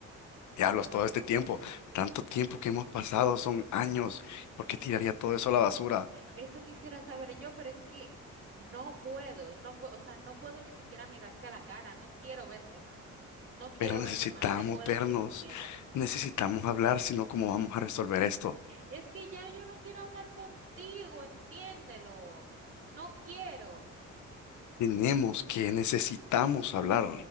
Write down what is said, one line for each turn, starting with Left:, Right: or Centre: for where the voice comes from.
Left: Diablos,
Right: No,
Left: todo este tiempo, tanto tiempo que hemos pasado, son años. ¿Por qué tiraría todo eso a la basura?
Right: Eso quisiera saber yo, pero es que no puedo, no puedo, o sea, no puedo ni siquiera mirarte a la cara, no quiero verte más, no quiero
Left: Pero necesitamos
Right: verte más, te puedes
Left: vernos,
Right: ir con ella.
Left: necesitamos hablar, sino cómo vamos a resolver esto.
Right: Es que ya yo no quiero hablar contigo, entiéndelo, no quiero.
Left: Tenemos que, necesitamos hablar.